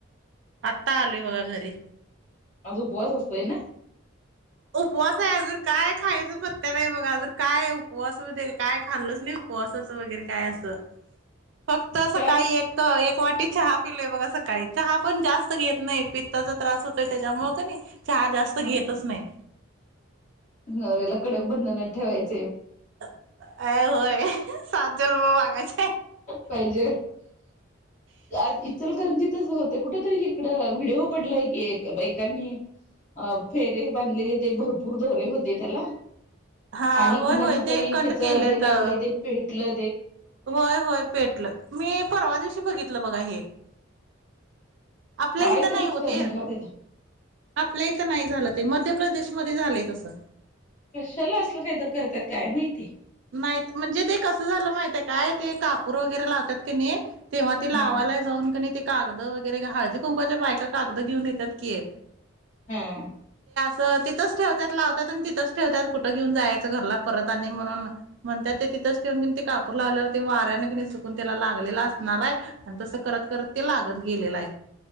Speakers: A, on the right (about 60°); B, on the left (about 35°).
A: आत्ता आलोय बघा घरी.
B: आज उपवास असतोय ना.
A: उपवास आहे, अजून काय खायचं पत्त नाही बघा अज काय आहे, उपवास काय खाल्लच नाही. हो असच वगैरे काय असं फक्त सकाळी
B: का
A: एक एक. वाटी चहा पिलेय बघा स काळी चहा पण जास्त घेत नाही पित्ताचा त्रास होतोय, त्याच्यामु क नाही. चहा जास्त घेतच
B: ह
A: नाही.
B: नवऱ्याला कडग बंद न ठेवायचं.
A: अ होय सात जन म मागायच.
B: पाहिजे आज इचलकरंजीतच होते, कुठ तरी इकडं. व्हिडिओ पडलाय की, बाकांनी आ फेरे बांधलेले ते भरपूर दोरे होते. ते त्याला
A: हा
B: आणि
A: होय
B: कुणा
A: होय ते
B: तरी
A: कट
B: ह्याच
A: केले
B: हे लागलं
A: तर
B: ते पेटल.
A: होय होय पेटलं मी परवा दिवशी बघितलं बघा हे. आपल्या
B: काय
A: इथं
B: तरीच
A: नाही होते,
B: करून ठेवत्यात
A: आपल्या इथं नाही झालं ते म प्रदेशमध्ये झालंय तसं.
B: कशाला असलं काहीत करतात काय माहिती.
A: नाहीत म्हणजे ते कसं झालं माहिते काय ते कापूर वगैरे लावतात क नाही. तेव्हा ती लावायला
B: हा
A: जाऊन क ते कागद व जरा हळदी, कुंकाच्या बायका कागद घेऊन येतात की.
B: हां-
A: तर तिथंच ठेवत्यात लावत्यात आणि तिथंच ठेवत्यात कुठं घेऊन जायचं घरला परत आणि म्हणून. म्हणत्यात ते तिथंच ठेवून घेवून ते कापूर लावल्यावर ते वाऱ्याने कणी सुकून त्याला लागलेला असणार आहे, आणि तसं करत करत ते लागत गेलेलाय